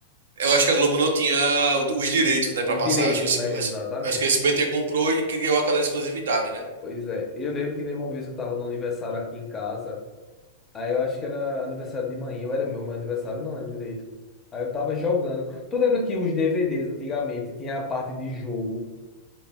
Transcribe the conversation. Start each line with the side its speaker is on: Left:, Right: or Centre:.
Right: Eu acho que a Globo não tinha o- os direitos, né, pra
Left: os
Right: passar.
Left: direitos,
Right: Eu acho que o SB
Left: né?
Right: eu
Left: Exatamente.
Right: acho acho que o SBT comprou e criou aquela exclusividade, né?
Left: Pois é. Eu lembro que teve uma vez que eu estava no aniversário aqui em casa, Aí eu acho que era aniversário de manhã, ou era meu, meu aniversário, não lembro direito. Aí eu tava jogando. Tu lembra que os DVDs antigamente tinha a parte de jogo?